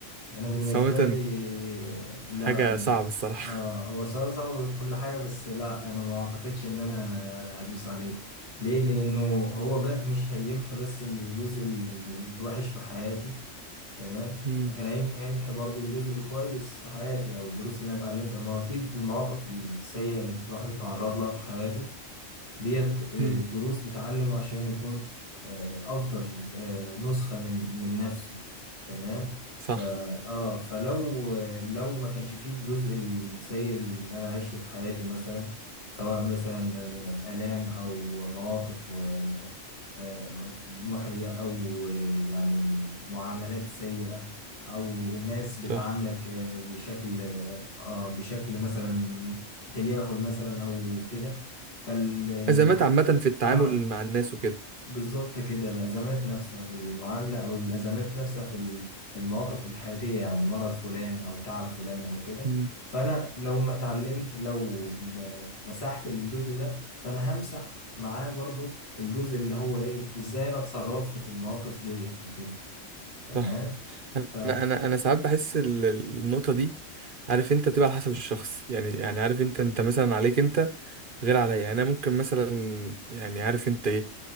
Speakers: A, on the left (about 50°); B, on the right (about 45°).
A: انا بالنسبه
B: صراحه
A: لي لا
B: حاجه صعبه الصراحه
A: اه هو سؤال صعب وكل حاجه بس لا انا ما اعتقدش ان انا هدوس عليه ليه لانه هو بقى مش هيمحي بس الجزء ال- الوحش في حياتي تمام
B: <laughs> امم
A: لكن هيمحي هيمحي برضو الجزء الكويس في حياتي او الدروس اللي انا اتعلمتها ما هو اكيد المواقف السيئه اللي الواحد اتعرض لها في حياته ديت آه،
B: امم
A: دروس بتعلمه عشان يكون آه، أفضل آه، نسخة من من نفسه تمام
B: صح
A: فا آه فلو آه، لو ما كانش فيه الجزء السيء اللي أنا عشته في حياتي مثلا سواء مثلا آه، آلام أو مواقف و- آه، محرجة أو آه، يعني معاملات سيئة أو الناس بتعاملك
B: صح
A: آه، بشكل آه آه، بشكل مثلا تجاهل مثلا أو كده فالح...
B: أزمات عامة في التعامل
A: اه
B: مع الناس وكده
A: بالظبط كده الأزمات نفسها في المعاملة أو الأزمات نفسها في ال- المواقف الحياتية يعني مرض فلان أو تعب فلان أو كده
B: مم.
A: فأنا لو ما اتعلمت لو م- مسحت الجزء ده فأنا همسح معاه برضو الجزء اللي هو إيه إزاي أنا اتصرفت في المواقف ديت وكده تمام
B: صح انا
A: ف
B: انا انا ساعات بحس ال- ال- النقطه دي عارف انت بتبقى على حسب الشخص يعني يعني عارف انت انت مثلا عليك انت غير عليا يعني انا ممكن مثلا يعني عارف انت ايه